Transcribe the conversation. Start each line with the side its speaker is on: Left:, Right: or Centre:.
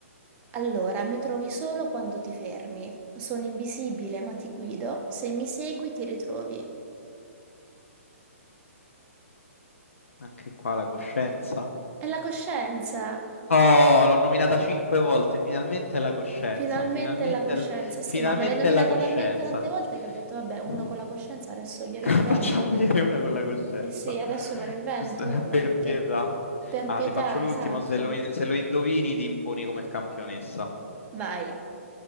Right: Allora, mi trovi solo quando ti fermi. Sono invisibile, ma ti guido. Se mi segui, ti ritrovi.
Left: Anche qua la coscienza.
Right: È la coscienza.
Left: Oh, l'ho nominata cinque volte, finalmente è la coscienza,
Right: Finalmente
Left: finalmente
Right: è la coscienza.
Left: è l-
Right: Sì,
Left: finalmente
Right: ma me l'hai nominata
Left: è la coscienza.
Right: talmente tante volte che ho detto,
Left: <laughs>
Right: vabbè, uno con la coscienza adesso glielo
Left: Facciamogliene
Right: invento perché...
Left: una con la coscienza,
Right: Eh sì, adesso me lo invento
Left: Giusto, eh,
Right: uno
Left: per
Right: perché...
Left: pietà.
Right: Per
Left: Ah,
Right: pietà,
Left: ti faccio l'ultimo,
Right: esatto.
Left: se lo, in- se lo indovini ti imponi come campionessa.
Right: Vai.